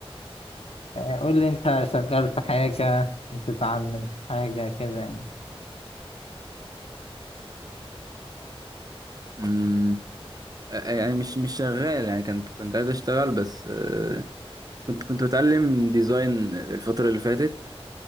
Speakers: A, on the left; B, on the right.
A: آه، قول لي انت شغال في حاجة بتتعلم حاجة كده يعني
B: طيب آه، يعني مش مش شغال يعني كنت كنت عايز اشتغل بس آه، كنت كنت بتعلم ديزاين الفترة اللي فاتت